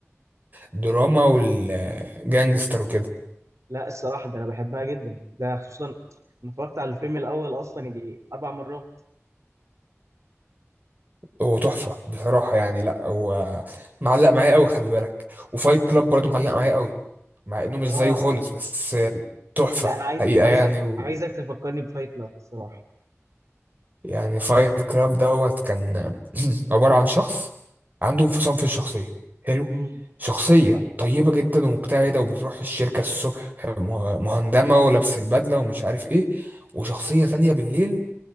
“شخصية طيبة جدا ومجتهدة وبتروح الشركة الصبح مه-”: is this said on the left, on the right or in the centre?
Right